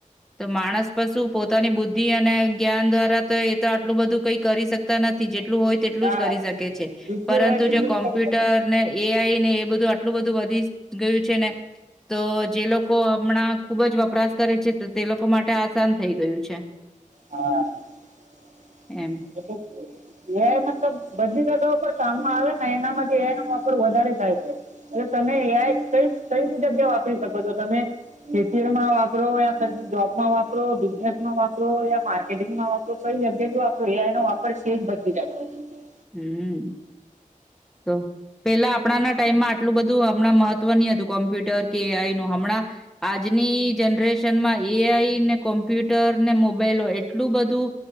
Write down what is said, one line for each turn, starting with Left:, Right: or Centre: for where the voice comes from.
Centre: તો માણસ પશું પોતાની બુદ્ધિ અને જ્ઞાન દ્વારા તો એ તો આટલું બધું કઈ કરી શકતા નથી જેટલું હોય તેટલું
Right: ના
Centre: જ
Right: ના
Centre: કરી શકે છે
Right: જેટલું
Centre: પરંતુ
Right: હોય તેટલું
Centre: જો કોમ્પ્યુટર
Right: જ કરી શકે
Centre: ને એ આઈ ને એ બધું એટલું બધું વધી ગયું છે ને તો જે લોકો હમણાં ખુબ જ વપરાશ કરે છે તે લોકો માટે આસાન થઈ ગયું છે.
Right: હા. <unintelligible>
Centre: એમ
Right: લબ બધી જગા પર કામમાં આવે ને એનામાંનો વાપર વધારે થાય છે એટલે તમે એ કઈ કઈ જગ્યા વાપરી શકો છો તમે ખેતર માં વાપરો યા જોબમાં વાપરો બિઝનેસ માં વાપરો યા માર્કેટિંગમાં વાપરો કઈ જગ્યા જ વાપરો તો એઆઈ નો વાપર છે જ બધીજ <inaudible>
Centre: હમ તો પેલા આપણાના ટાઈમમાં આટલું બધું હમણાં મહત્વની હતું કોમ્પ્યુટર કે એ આઈ નું હમણાં આજની જનરેશન માં એઆઈ ને કોમ્પ્યુટર ને મોબાઈલ એટલું બધું